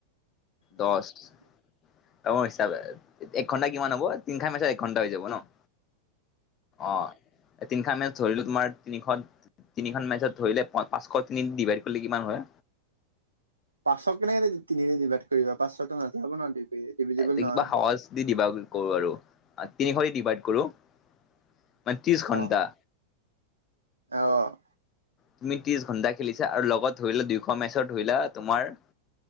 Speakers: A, on the left (about 30°); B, on the right (about 80°).
A: দহ, ডাগৰ হিচাপে এক ঘন্টা কিমান হ'ব তিনিখন মেটচত এক ঘন্টা হৈ যাব ন'? অ', তিনি খন মেটচ ধৰিলো তোমাৰ তিনিখন তিনিখন মেটচত ধৰিলে পা-পাঁচশ তিনি দি ডিভাইড কৰিলে কিমান হয়?
B: পাঁচশক কেনেকেৰে তিনিৰে দিভাইড কৰিবা পাঁচশটো নাযাব ন'। ডিভিজিবল
A: এ
B: নহয়
A: কিবা সহজ দি দিবা বোল কৰোঁ আৰু তিনিশ দি ডিভাইড কৰো, মানে ত্ৰিশ ঘন্টা।
B: অ অ'।
A: তুমি ত্ৰিশ ঘণ্টা খেলিছা আৰু লগত ধৰিলা দুইশ মেচত ধৰিলা তোমাৰ